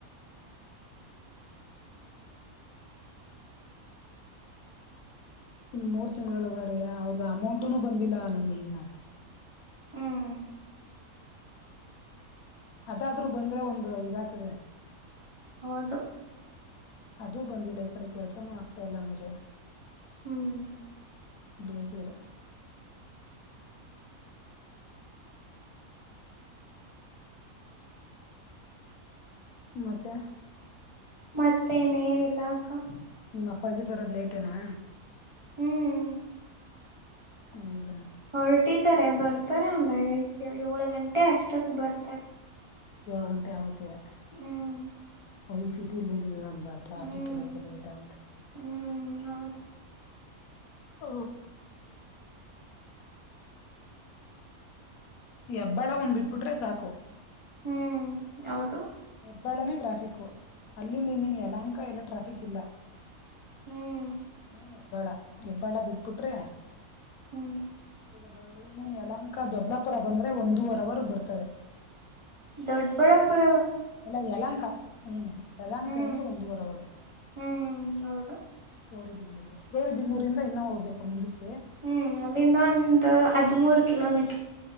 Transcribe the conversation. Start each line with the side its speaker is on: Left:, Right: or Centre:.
Left: ಇನ್ ಮೂರ್ ತಿಂಗಳೊಳಗಡೆ ಅವ್ರದ ಅಮೌಂಟುನು ಬಂದಿಲ್ಲ ನನ ಇನ್ನ.
Right: ಹ್ಮ್
Left: ಅದಾದ್ರೂ ಬಂದ್ರೆ ಒಂದು ಇದ್ತದೆ.
Right: ಹೌದು
Left: ಅದೂ ಬಂದಿಲ್ಲ ಈ ಕಡೆ ಕೆಲ್ಸನೂ ಆ ಮತ್ತ್ ಇಲ್ಲಾ ಅಂದ್ರೆ.
Right: ಹ್ಮ್
Left: ಬೇಜರ್ ರೆ. ಮತ್ತೆ
Right: ಮತ್ತೆನ್ ನಿಲ್ಲ ಅಕ್ಕ.
Left: ನಿಮ್ಮ್ ಅಪ್ಪಾಜಿ ಬರೋದ್ ಲೇಟೇನಾ.
Right: ಹ್ಮ್
Left: ಹೌದು
Right: ಹೊಲ್ಟಿ ಬತ್ ಬರ್ತಾರ ಒಂದಾಗ ಐ ಏಳು ಗಂಟೆ ಅಷ್ಟದ ಬರ್ತಾರೆ.
Left: ಏಳ್ ಗಂಟೆ ಆಗುತ್ತಿದೆ.
Right: ಹ್ಮ್
Left: ಆಯಿಲ್ ಸಿಟಿಲ್ಲಿ ಬಂದಿದ್ದ ಅಲ್ಲ. ಟ್ರಾಫಿಕ್
Right: ಹ್ಮ್
Left: ಇರುತ್ತೆ ಲೇಟ್ ಆಗುತೆ.
Right: ಹ್ಮ್ ಹೌದು
Left: ಹ ಯಬ್ಬಾಳ ಒಂದ್ ಬಿಟ್ಬಿಟ್ರೆ ಸಾಕು.
Right: ಹ್ಮ್ ಹೌದು.
Left: ಹೆಬ್ಬಾಳ್ಳನೇ ಟ್ರಾಫಿಕು ಅಲ್ಲಿಂದ ಇನ್ನೇನು ಯಲಂಕ ಎಲ್ಲ ಟ್ರಾಫಿಕ್ ಇಲ್ಲ.
Right: ಹ್ಮ್
Left: ಮೇನ್ ಅ ಹೆಬ್ಬಳ ಹೆಬ್ಬಾಳ ಬಿಟ್ಬಿಟ್ರೆ.
Right: ಹ್ಮ್
Left: ಬರೋದೇನೆ ಯಲಂಕಾ ದೊಬ್ಲಾಪುರ ಬಂದರೆೆ ಒಂದೂವರವರು ಬರ್ತದೆ.
Right: ದೊಡ್ಡ ಬಳ್ಳಾಪು
Left: ಅಲ್ಲ ಯಲಾಂಕ ಹ್ಮ್ ಯಲಹಂಕ
Right: ಹ್ಮ್
Left: ಇಂದ ಒಂದುವರವರು.
Right: ಹ್ಮ್ ಹೌದು
Left: ಗೌರಿಬಿದನ್ನೂರಿಗೆ ಗೌರಿಬನ್ನೂರಿಂದ ಇನ್ನ ಹೋಗ್ಬೇಕು ಮುಂದಕ್ಕೆ.
Right: ಹ್ಮ್ ಅಲ್ಲಿಂದ ಒಂದ್ ಅದ್ಮೂರ್ ಕಿಲೋಮೀ